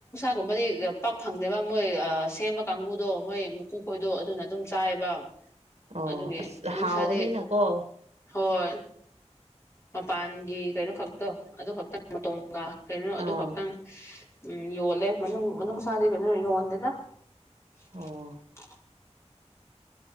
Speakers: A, on the left; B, on the right.
A: ꯑꯗꯨꯒꯨꯝꯕꯗꯤ ꯄꯥꯛ ꯐꯪꯗꯦꯕ ꯃꯣꯏ ꯑ ꯁꯦꯝꯕ ꯀꯥꯡꯕꯨꯗꯣ ꯃꯣꯏ ꯃꯀꯨ ꯈꯣꯏꯗꯣ ꯑꯗꯨꯅ ꯑꯗꯨꯝ ꯆꯥꯏꯕ
B: ꯑꯣ
A: ꯑꯗꯨꯒꯤ
B: ꯑꯁ
A: ꯃꯅꯨꯡꯁꯥꯗꯤ
B: ꯍꯥꯎꯕꯅꯤꯅꯀꯣ
A: ꯍꯣꯏ ꯃꯄꯥꯟꯒꯤ ꯀꯩꯅꯣ ꯈꯛꯇꯣ ꯑꯗꯨ ꯈꯛꯇꯪ ꯃꯇꯣꯡ ꯒ ꯀꯩꯅꯣ ꯑꯗꯨ
B: ꯑꯥ
A: ꯈꯛꯇꯪ ꯁ ꯎꯝ ꯌꯣꯜꯂꯦ ꯃꯅꯨꯡ ꯃꯅꯨꯡꯁꯥꯗꯤ ꯀꯩꯅꯣ ꯌꯣꯟꯗꯦꯗ <inaudible>
B: ꯑꯣ